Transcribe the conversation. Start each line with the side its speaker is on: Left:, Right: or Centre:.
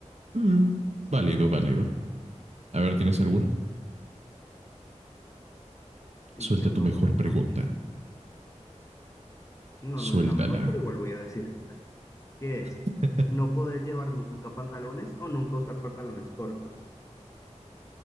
Right: Mm, válido, válido. A ver, ¿tienes alguna?
Left: Sí,
Right: Suelta
Left: tengo
Right: tu mejor
Left: una
Right: pregunta.
Left: aquí. No, no
Right: Suéltala.
Left: es la mejor, pero igual voy a decir esta, que es
Right: <laughs>
Left: no poder llevar nunca pantalones o nunca usar pantalones cortos.